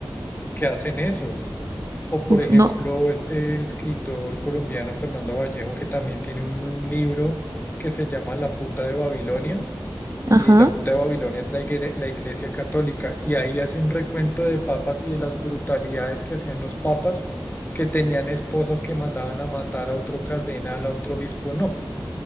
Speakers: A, on the left; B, on the right.
A: que hacen eso. O por
B: Uf,
A: ejemplo,
B: no.
A: este escritor colombiano Fernando Vallejo, que también tiene un un libro que se llama La puta de Babilonia
B: Ajá.
A: y la puta de Babilonia es la, igre- la Iglesia Católica, y ahí hace un recuento de papas y de las brutalidades que hacían los papas, que tenían esposas que mandaban a matar a otro cardenal, a otro obispo. No,